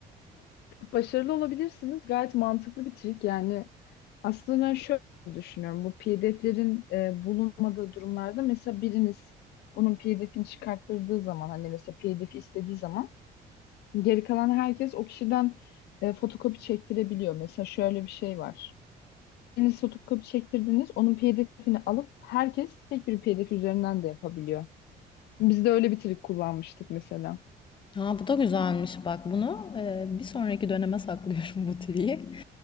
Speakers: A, on the left; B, on the left.
A: Başarılı olabilirsiniz. Gayet mantıklı bir trik. Yani aslında ben şöyle düşünüyorum. Bu PDF'lerin e, bulunmadığı durumlarda mesela biriniz bunun PDF'ini çıkarttırdığı zaman hani mesela PDF istediği zaman Geri kalan herkes o kişiden e, fotokopi çektirebiliyor. Mesela şöyle bir şey var. siz fotokopi çektirdiniz, onun PDF'ini alıp herkes tek bir PDF üzerinden de yapabiliyor. Biz de öyle bir trik kullanmıştık mesela.
B: Ha, bu da güzelmiş bak bunu e, bir sonraki döneme saklıyorum <laughs> bu triyi.